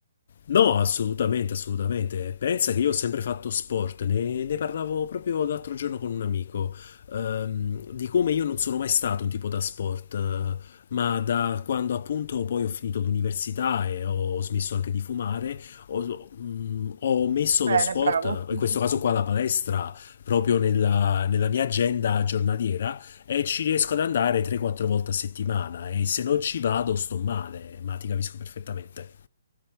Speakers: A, on the left (about 40°); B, on the right (about 65°).
A: No, assolutamente, assolutamente. Pensa che io ho sempre fatto sport, ne, ne parlavo proprio l'altro giorno con un amico, ehm, di come io non sono mai stato un tipo da sport, eh, ma da quando appunto poi ho finito l'università e ho smesso anche di fumare, ho, mm, ho messo
B: Bene,
A: lo sport,
B: bravo. <laughs>
A: in questo caso qua la palestra, proprio nella, nella mia agenda giornaliera e ci riesco ad andare 3-4 volte a settimana e se non ci vado sto male, ma ti capisco perfettamente.